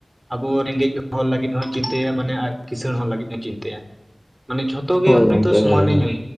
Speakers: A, on the right (about 15°); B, in the centre.
A: ᱟᱵᱚ ᱨᱮᱸᱜᱮᱡ ᱦᱚᱲ ᱞᱟᱹᱜᱤᱫ ᱦᱚᱸᱭ ᱪᱤᱱᱛᱟᱹᱭᱟ ᱢᱟᱱᱮ ᱟᱨ ᱠᱤᱸᱥᱟᱹᱬ ᱦᱚᱲ ᱞᱟᱹᱜᱤᱫ ᱦᱚᱸ ᱪᱤᱱᱛᱟᱹᱭᱟ ᱢᱟᱱᱮ ᱡᱷᱚᱛᱚ ᱜᱮ
B: ᱦᱳᱭ ᱜᱚᱢᱠᱮ
A: ᱩᱱᱤ ᱫᱚ ᱚ ᱥᱚᱢᱟᱱᱮ
B: ᱦᱳᱭ ᱦᱳᱭ
A: ᱧᱮᱞ